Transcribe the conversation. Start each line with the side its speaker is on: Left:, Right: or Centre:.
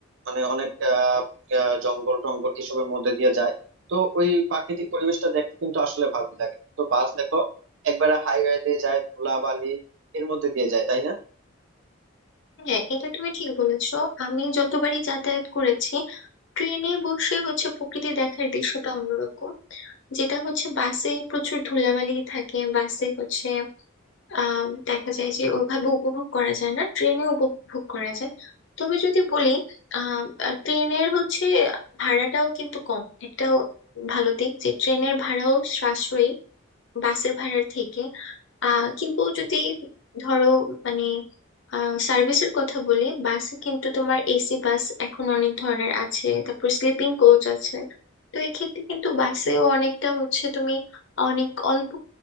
Right: মানে অনেক আহ, আহ, জঙ্গল টঙ্গল এসবের মধ্যে দিয়ে যায় তো ওই প্রাকৃতিক পরিবেশটা দেখতে কিন্তু আসলে ভালো লাগে তো বাস দেখো একবারে হাইওয়ে দিয়ে যায় ধুলাবালি এর মধ্যে দিয়ে যায় তাই না
Left: হ্যাঁ এটা তুমি ঠিক বলেছো আমি যতবারই যাতায়াত করেছি ট্রেনে বসে হচ্ছে প্রকৃতি দেখার দৃশ্যটা অন্যরকম যেটা হচ্ছে বাসে প্রচুর ধুলাবালি থাকে বাসে হচ্ছে আহ দেখা যায় যে ওইভাবে উপভোগ করা যায় না ট্রেনে উপভোগ করা যায় তবে যদি বলি আহ ট্রেনের হচ্ছে ভাড়াটাও কিন্তু কম একটা ভালো দিক যে ট্রেনের ভাড়াও সাশ্রয়ী বাসের ভাড়ার থেকে আহ কিন্তু যদি ধরো মানে সার্ভিসের কথা বলি বাসে কিন্তু তোমার এসি বাস এখন অনেক ধরনের আছে তারপর স্লিপিং কোচ আছে তো এক্ষেত্রে কিন্তু বাসেও অনেকটা হচ্ছে তুমি অনেক অল্প